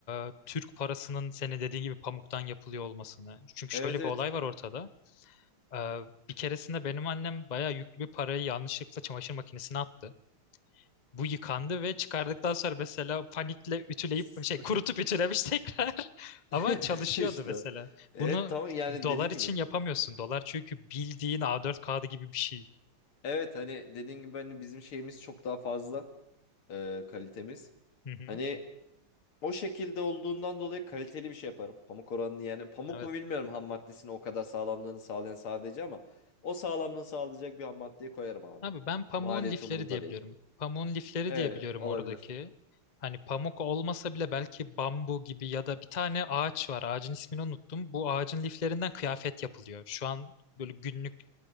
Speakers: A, on the left; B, on the left.
A: Ee, Türk parasının senin dediğin gibi pamuktan yapılıyor olmasını. Çünkü
B: Evet
A: şöyle
B: evet.
A: bir olay var ortada. Ee, bir keresinde benim annem bayağı yüklü bir parayı yanlışlıkla çamaşır makinesine attı. Bu yıkandı ve çıkardıktan sonra mesela panikle ütüleyip
B: <laughs>
A: şey kurutup ütülemiş <laughs> tekrar. Ama
B: <laughs>
A: çalışıyordu
B: İşte.
A: mesela.
B: Evet
A: Bunu
B: tamam yani
A: dolar
B: dediğin
A: için
B: gibi.
A: yapamıyorsun. Dolar çünkü bildiğin A4 kağıdı gibi bir şey.
B: Evet hani dediğin gibi hani bizim şeyimiz çok daha fazla e, kalitemiz.
A: Hı hı.
B: Hani o şekilde olduğundan dolayı kaliteli bir şey yaparım. Pamuk oranını yani pamuk
A: Evet.
B: mu bilmiyorum ham maddesini o kadar sağlamlığını sağlayan sadece ama o sağlamlığını sağlayacak bir ham maddeyi koyarım abi.
A: Abi ben pamuğun
B: Maliyet
A: lifleri
B: umurumda
A: diyebiliyorum.
B: değil.
A: Pamuğun lifleri
B: Evet
A: diyebiliyorum
B: olabilir.
A: oradaki. Hani pamuk olmasa bile belki bambu gibi ya da bir tane ağaç var. Ağacın ismini unuttum. Bu ağacın liflerinden kıyafet yapılıyor. Şu an böyle günlük